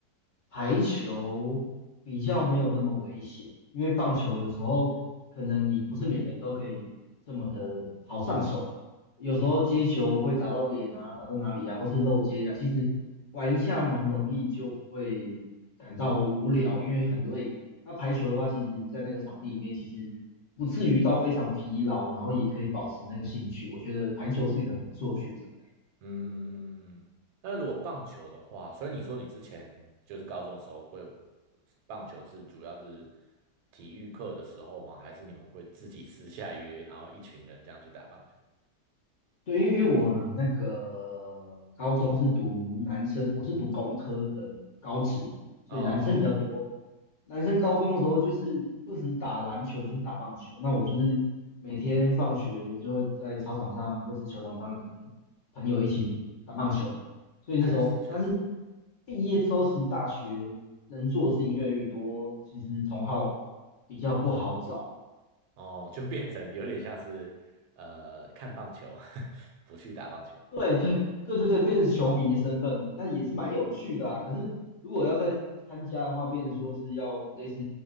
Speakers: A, on the left; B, on the right.
A: 排球比较没有那么危险，因为棒球有时候可能你不是每个人都可以这么的好上手，有时候接球会打到脸啊，打到哪里啊，或是漏接啊，其实玩一下蛮容易就会感到无聊，因为很累。那排球的话，其实在那个场地里面，其实不至于到非常疲劳，然后也可以保持那个兴趣。我觉得排球是一个很不错的选择欸。
B: 嗯嗯嗯嗯那如果棒球的话，所以你说你之前就是高中的时候会棒球是主要是体育课的时候吗？还是你们会自己私下约，然后一群人这样去打棒球？
A: 对，因为因为我那个高中是读男生，我是读工科的高职，所以男生比较多。
B: 哦哦哦，
A: 男生高中的时候就是不止打篮球，就是打棒球。那我就是每天放学就会在操场上或是球场上跟朋友一起打棒球。所以那时候，
B: 确实确实，
A: 但是毕业之后，其实大学能做的事情越来越多，其实同好比较不好找。
B: 哦，就变成有点像是呃看棒球，<laughs> 不去打棒球。
A: 对对对对对，变成球迷的身份，但也是蛮有趣的啊。可是如果要再参加的话，变成说是要类似